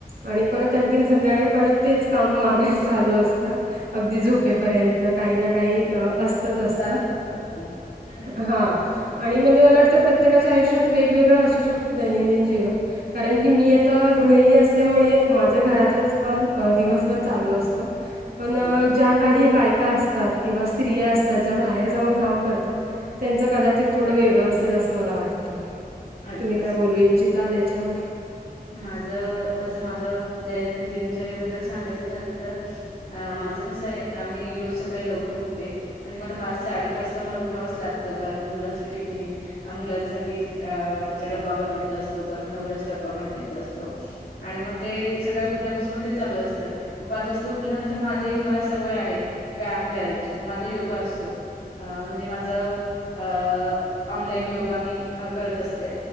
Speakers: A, on the right (about 75°); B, on the left (about 80°).
A: आणि परत आणखी संध्याकाळी परत तेच काम माघारी चालू असतं. अगदी झोपेपर्यंत, काही ना काही असतं. तसच असत
B: चालत असतं आपलं हम्म
A: हा. आणि म्हणजे मला वाटतं प्रत्येकाच्या आयुष्यातेगवेगळं असू शकतं दैनंदिन जीवन. कारण की मी आता गृहिणी असल्यामुळे माझं घरातलंच काम दिवसभर चालू असतं. पण
B: बरोबर
A: ज्या काही बायका असतात किंवा स्त्रिया असतात, ज्या बाहेर जाऊन काम करतात. त्यांचं कदाचित थोडं वेगळं असेल असं मला वाटतं
B: अगदीच.
A: तुम्ही काय बोलू इच्छिताल याच्यावर?
B: माझं माज माझ दैनंदिन दिनचर्याेबद्दल सांगायचं झालं तर. अ माझं कसं आहे आ मी रोज सकाळी लवकर उठते. म्हणजे मला पाच साडेपाच ला मला उठावंच लागतं कारण मुलाचं टिफिन ह मुलासाठी त्याचा डब्बा बनवायचा असतो परत नवऱ्याचा डब डब्बा बनवायचा असतो आणि मग ते सकाळी उठल्यापासून तेच चालू असतं, मग पाच वाजता उठल्यानंतर माझ एक मला एक सवय आहे. व्यायाम करायची मग माझा योगा असतो. अ म्हणजे माझं अ ऑनलाईन योगा मी करत असते.